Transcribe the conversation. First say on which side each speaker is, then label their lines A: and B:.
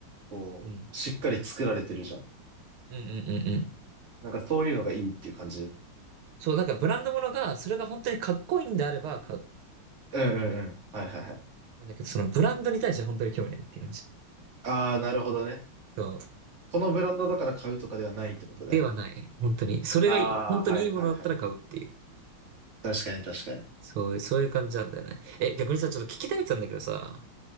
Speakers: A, on the right (about 35°); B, on the right (about 80°).
A: こう、
B: うん。
A: しっかり作られてるじゃん。
B: うんうんうんうん。
A: なんかそういうのがいいっていう感じ。
B: そう、なんかブランドものが、それが本当にかっこいいんであれば買う。
A: うんうんうん。はいはいはい。
B: なんだけど、そのブランドに対しては本当に興味ないっていう感じ。
A: ああ、なるほどね。
B: そう。
A: このブランドだから買うとかではないってことね。
B: ではない。本当に。それがいい本当にいいものだったら買うっていう。
A: ああ、はいはいはい。確かに確かに。
B: そう、そういう感じなんだよね。え、逆にさ、ちょっと聞きたいってたんだけどさ、